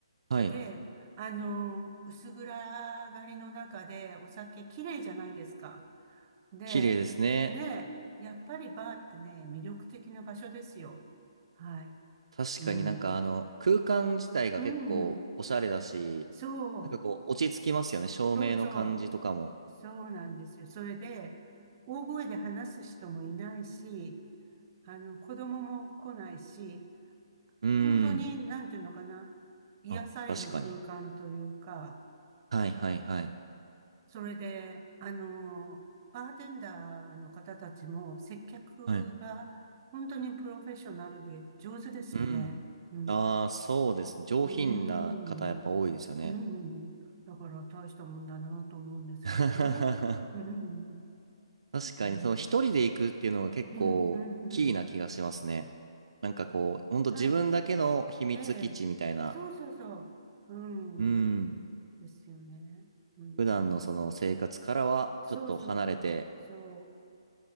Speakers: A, on the right; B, on the right.
A: はい。
B: で、あの、薄暗がりの中でお酒綺麗じゃないですか。で、
A: 綺麗ですね。
B: ねやっぱりバーってね、魅力的な場所ですよ。はい。
A: 確かになんかあの、
B: うん。
A: 空間自体が結構おしゃれだし、
B: うん。そう。
A: なんかこう、落ち着きますよね。照明の感じとかも。
B: そうそう。そうなんですよ。それで、大声で話す人もいないし、あの、子供も来ないし、
A: うー
B: 本当に、
A: ん。
B: なんていうのかな、癒される空間というか、
A: あ、確かに。はいはいはい。
B: それで、あの、バーテンダーの方たちも接客が本当にプロフェッショナルで上手ですよね。
A: はい。うん。
B: うん。
A: ああ、そうですね。上品な方やっぱ多いですよね。
B: うーん。うん。だから大したもんだなと思うんですけどね。
A: <laughs>
B: うん。
A: 確かに、
B: うん。
A: その一人で行くっていうのが結構キーな気がしますね。
B: うん。うん。
A: なんかこう、ほんと自分だけの秘密基地みたいな、
B: はい。ええ。そうそうそう。うん。
A: うん、
B: ですよね。うん。
A: 普段のその生活からはちょっと離れて、
B: そうそう。そう。